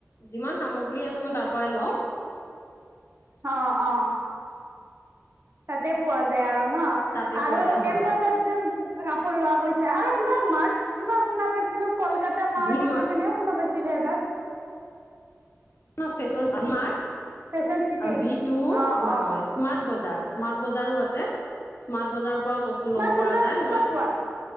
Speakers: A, on the left; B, on the right.
A: যিমান সামগ্ৰী আছে মই তাৰ পৰাই লওঁ।
B: অ- অ তাতে পোৱা যায় আৰু। ন
A: তাতে
B: আৰু
A: পোৱা যায় হয়
B: এম বজাৰ। কাপোৰ ৰোৱা কৈছে আৰু কিবা মাৰ কিবা শুনা পাইছিলো। কলকাতা মাৰ্ট
A: ভীম
B: বুলি
A: হয়
B: কেনেও কোনা কৈছিলে এবাৰ।
A: ফেন মাৰ্ত
B: ফেশ্বন চিটি
A: ভিটো
B: অ
A: হয়
B: অ
A: হয় স্মাৰ্ট বজাৰ স্মাৰ্ট বজাৰো আছে। স্মাৰ্ট বজাৰৰ পৰাও বস্তু
B: স্মাৰ্ট
A: ল'ব পৰা
B: বজাৰত
A: যায় মই
B: চব পোৱা